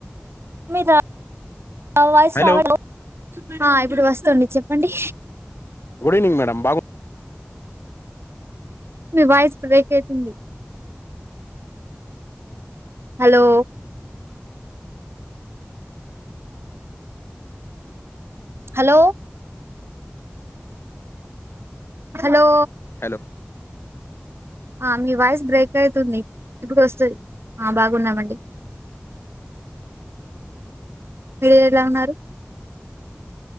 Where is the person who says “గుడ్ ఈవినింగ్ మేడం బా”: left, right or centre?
Left